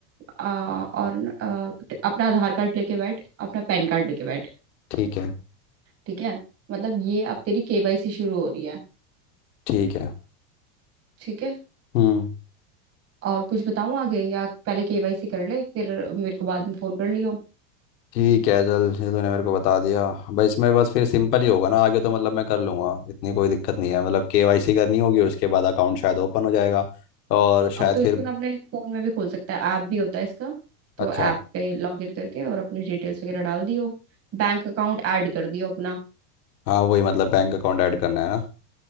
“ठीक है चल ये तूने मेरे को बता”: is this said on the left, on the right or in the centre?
Left